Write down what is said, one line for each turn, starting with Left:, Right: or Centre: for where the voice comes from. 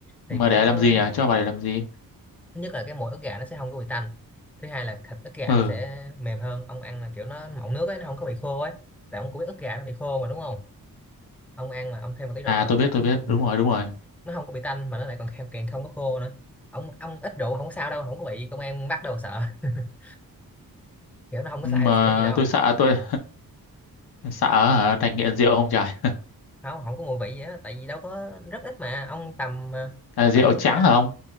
Centre: thì
Left: mà
Centre: kiểu
Left: để
Centre: nó
Left: làm gì nhở cho bà để làm gì
Centre: thứ nhất là cái mỗi ức gà nó sẽ không có bị tanh thứ hai là thịt ức gà
Left: ừ
Centre: nó sẽ mềm hơn ông ăn là kiểu nó mọng nước ấy nó không có bị khô ấy tại ông cũng biết ức gà nó bị khô mà đúng không ông ăn mà ông thêm một tí rượu
Left: à
Centre: rồi
Left: tôi
Centre: cái
Left: biết tôi biết
Centre: ừ,
Left: đúng rồi đúng rồi
Centre: nó không có bị tanh mà nó lại còn khen- càng không có khô nữa ông ông ít rượu không có sao đâu không có bị công an bắt đâu sợ <laughs> kiểu nó không có
Left: nhưng
Centre: sai
Left: mà
Centre: xỉn gì đâu
Left: tôi sợ tôi sợ hả, thành nghiện rượu không trời
Centre: không không có mùi vị gì hết tại vì đâu có rất ít mà ông tầm ờ,
Left: là rượu
Centre: khoảng
Left: trắng
Centre: ờ
Left: hả ông